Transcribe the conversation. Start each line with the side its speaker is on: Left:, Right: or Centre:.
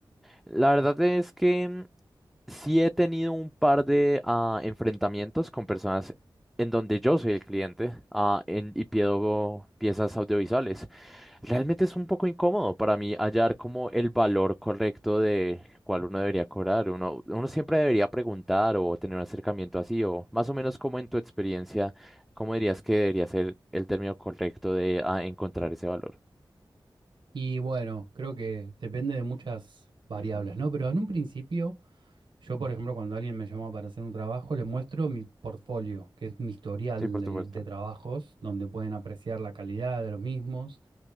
Centre: La verdad es que mm, sí he tenido un par de ah, enfrentamientos con personas en donde yo soy el cliente ah, en- y pido piezas audiovisuales. Realmente es un poco incómodo para mí hallar como el valor correcto de cuál uno debería cobrar. Uno, uno siempre debería preguntar o tener un acercamiento así, o más o menos como en tu experiencia, ¿cómo dirías que debería ser el término correcto de ah, encontrar ese valor?
Right: Y bueno, creo que depende de muchas variables,
Centre: Ujú.
Right: ¿no? Pero en un principio... Yo, por ejemplo, cuando alguien me llama para hacer un trabajo, le muestro mi portfolio, que es mi historial
Centre: Sí, por
Right: de,
Centre: supuesto.
Right: de trabajos, donde pueden apreciar la calidad de los mismos,